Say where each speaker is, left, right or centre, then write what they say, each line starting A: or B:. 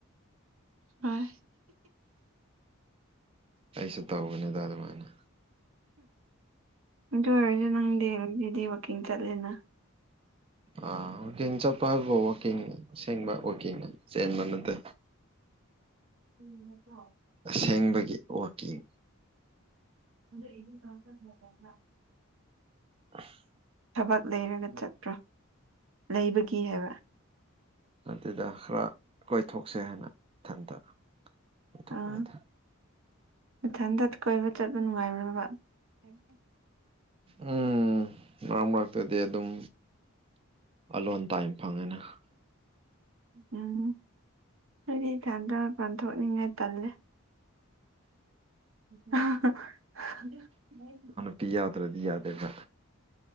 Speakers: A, on the right (about 65°); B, on the right (about 25°).
A: ꯍꯣꯏ
B: ꯑꯩꯁꯨ ꯇꯧꯕꯅꯤꯗ ꯑꯗꯨꯃꯥꯏꯅ
A: ꯑꯗꯨ ꯑꯣꯏꯔꯁꯨ ꯅꯪꯗꯤ ꯉꯁꯤꯗꯤ ꯋꯥꯛꯀꯤꯡ ꯆꯠꯂꯦꯅ
B: ꯑꯥ ꯋꯥꯛꯀꯤꯡ ꯆꯠꯄ ꯍꯥꯏꯕꯨ ꯋꯥꯛꯀꯤꯡ ꯑꯁꯦꯡꯕ ꯋꯥꯛꯀꯤꯡ ꯆꯦꯟꯕ ꯅꯠꯇꯦ
A: <inaudible>
B: ꯑꯁꯦꯡꯕꯒꯤ ꯋꯥꯛꯀꯤꯡ
A: <unintelligible>
B: <unintelligible>
A: ꯊꯕꯛ ꯂꯩꯔꯒ ꯆꯠꯄ꯭ꯔꯥ ꯂꯩꯕꯒꯤ ꯍꯥꯏꯕ
B: ꯑꯗꯨꯗ ꯈꯔ ꯀꯣꯏꯊꯣꯛꯁꯦ ꯍꯥꯏꯅ ꯏꯊꯟꯇ ꯀꯣꯏꯊꯣꯛꯄꯅꯤꯗ
A: ꯑꯥ ꯃꯊꯟꯇ ꯀꯣꯏꯕ ꯆꯠꯄ ꯅꯨꯡꯉꯥꯏꯕ꯭ꯔꯥꯕ <unintelligible>
B: ꯎꯝ ꯃꯔꯛ ꯃꯔꯛꯇꯗꯤ ꯑꯗꯨꯝ ꯑꯂꯣꯟ ꯇꯥꯏꯝ ꯐꯪꯉꯦꯅ
A: ꯎꯝ ꯑꯩꯗꯤ ꯏꯊꯟꯇ ꯃꯄꯥꯟ ꯊꯣꯛꯅꯤꯡꯉꯥꯏ ꯇꯜꯂꯦ <unintelligible>
B: ꯀ꯭ꯔꯤ ꯌꯥꯗ꯭ꯔꯗꯤ ꯌꯥꯗꯦꯕ